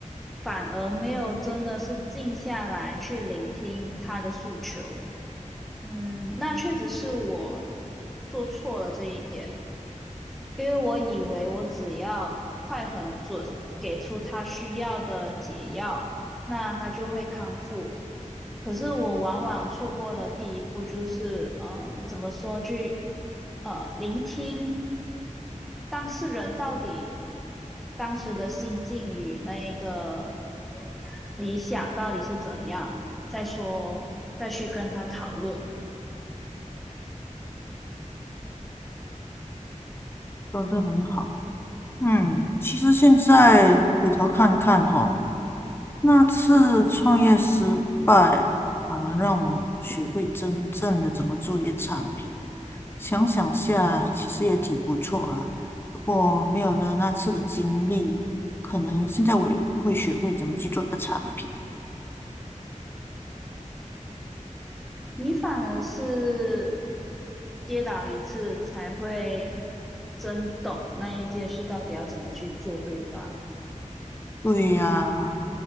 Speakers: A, in the centre; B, on the left.
A: 反而没有真的是静下来去聆听他的诉求。嗯，那确实是我做错了这一点，因为我以为我只要快很准，给出他需要的解药，那他就会康复。可是我往往错过了第一步，就是嗯，怎么说去呃聆听当事人到底当时的心境与那一个理想到底是怎样，再说再去跟他讨论。
B: 说得很好。嗯，其实现在回头看看哈，那次创业失败，反而让我学会真正的怎么做一个产品。想想下，其实也挺不错啦。如果没有了那次的经历，可能现在我也不会学会怎么去做一个产品。
A: 你反而是跌倒一次才会真懂那一件事到底要怎么去做，对吧？
B: 对呀，